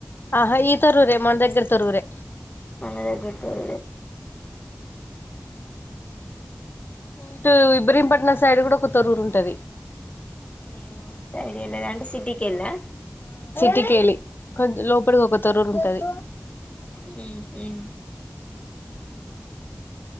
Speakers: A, on the left; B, on the left.
A: ఆహా ఈ తరూరే మన దగ్గర తరురే.
B: మన దగ్గరతోర
A: ఇటు ఇబ్రీంపట్నం సైడ్ కూడా ఒక తొరూరు ఉంటది.
B: ఏ అంత ఐడియా లేదా అంటే సిటీకి ఎల్లా
A: టికేలి కొంచెం లోపడికి ఒక తొరూరు ఉంటది.
B: ఉమ్ ఉమ్